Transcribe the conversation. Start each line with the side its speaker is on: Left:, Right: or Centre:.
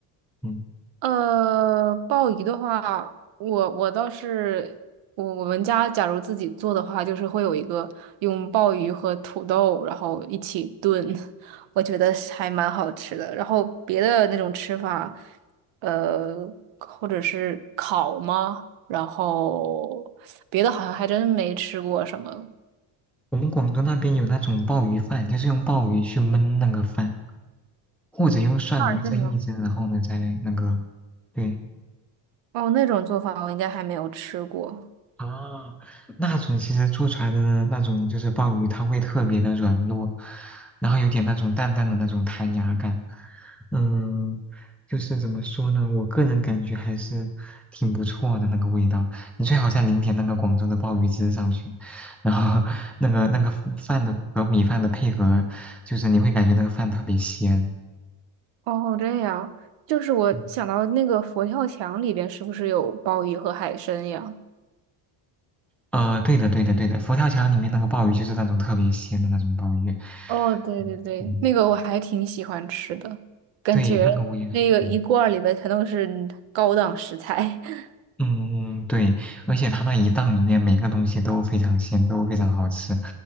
Centre: 嗯，
Right: 呃，鲍鱼的话，我我倒是我我们家假如自己做的话，就是会有一个用鲍鱼和土豆然后一起炖，<laughs> 我觉得是还蛮好吃的。然后别的那种吃法，呃，或者是烤吗？然后别的好像还真没吃过什么。
Centre: 我们广东那边有那种鲍鱼饭，就是用鲍鱼去焖那个饭。或者用蒜蓉蒸一蒸，
Right: 是吗？
Centre: 然后呢再那个，对
Right: 哦，那种做法我应该还没有吃过。
Centre: 啊，那种其实做出来的那种就是鲍鱼，它会特别的软糯，然后有点那种淡淡的那种弹牙感，嗯，就是怎么说呢，我个人感觉还是挺不错的那个味道。你最好再淋点那个广州的鲍鱼汁上去，然后那个那个饭的和米饭的配合，就是你会感觉那个饭特别鲜。
Right: 哦，这样，就是我想到那个佛跳墙里边是不是有鲍鱼和海参呀？
Centre: 嗯呃，对的，对的，对的，佛跳墙里面那个鲍鱼就是那种特别鲜的那种鲍鱼，
Right: 哦，对对对，
Centre: 嗯嗯
Right: 那个我还挺喜欢吃的，感觉那个一罐儿里边全都是高档食材。
Centre: 对，那个我也，嗯
Right: <laughs>
Centre: 嗯，对，而且它那一档里面每个东西都非常鲜，都非常好吃，